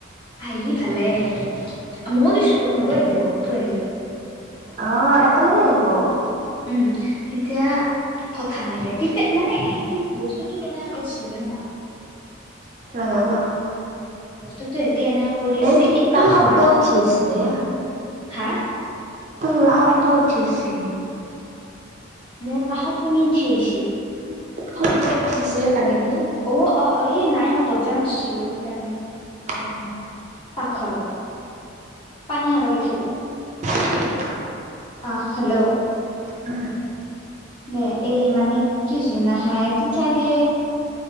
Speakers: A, on the left; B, on the right.
A: আহিলি ভালে, মইয়ো দিছো ত মোৰো আহি যাব, তোৰ আহিলে।
B: অঁ একেলগে আহিব।
A: উম তেতিয়া কথা নাই দে তেতিয়া মানে সিহঁতি বস্তুটো কেনে গৈছিল জানা
B: নাজানো
A: বস্তুটো সেঁতি এনেক কৰি আছে
B: এই
A: যে
B: তোৰ
A: এইটো
B: কিবা শব্দ
A: ধোৱা,
B: উঠি আছে
A: হা?
B: <unintelligible> শব্দ উঠি আছে
A: মোৰ কাষত কোনো উঠি আহিছে
B: খদ উঠিছে পাগেনে।
A: অ অ এই নাই মই দৰ্জাম আাছিলো সেইকাৰণে।
B: নাই।
A: পাকখৰৰ পানী হাবাগিছিলো।
B: উম।
A: অ হেল্ল'।
B: উম।
A: দে এই মানে কিছুনা হে তো চাগে।